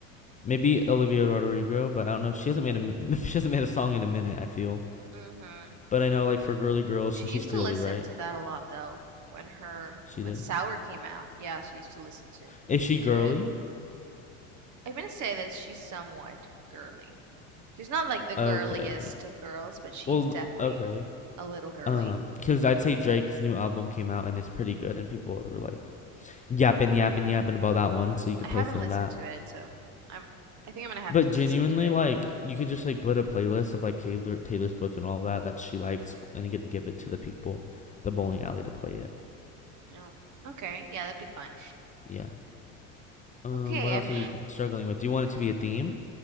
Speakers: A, on the left; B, on the right.
A: Maybe Olivia Rodrigo, but I don't know. She hasn't made a <laughs> she hasn't made a song in a minute, I feel.
B: mm-hmm.
A: But I know like for girly girls,
B: She
A: and
B: used
A: she's girly,
B: to listen
A: right?
B: to that a lot though, when her
A: She
B: when
A: did.
B: Sour came out. Yeah, she used to listen to
A: Is she girly?
B: to it. I'm gonna say that she's somewhat girly. She's not like the
A: Okay.
B: girliest of girls, but she's
A: Well,
B: definitely
A: okay.
B: a little girly.
A: Um, cause I'd say Drake's new album came out and it's pretty good, and people are like yapping, yapping, yapping about that
B: hmm
A: one. So you could
B: I haven't
A: play some
B: listened
A: of that.
B: to it, so I'm I think I'm gonna have
A: But
B: to listen
A: genuinely,
B: to it.
A: like you could just like put a playlist of like Taylor Taylor Swift and all that that she likes, and you get to give it to the people at the bowling alley to play it.
B: No, okay, yeah, that'd be fun.
A: Yeah. Um,
B: Okay,
A: what else
B: I'm
A: are you struggling with? Do you want it to be a theme?